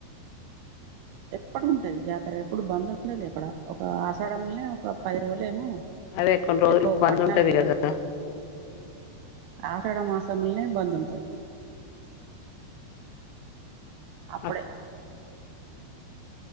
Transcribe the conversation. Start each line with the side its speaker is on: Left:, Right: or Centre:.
Right: ఎప్పుటికుంటది జాతర ఎప్పుడు బంద్ ఉండది అక్కడ ఒక ఆషాఢములనే ఒక పది రోజులు ఏమో
Left: అదే కొన్ని రోజులు
Right: ఎక్కువ
Left: బంద్
Right: పట్టణాలు
Left: ఉంటది
Right: వేయరు
Left: కదా
Right: ఆషాఢ మాసములనే బంద్ ఉంటది అప్పుడే
Left: అక్-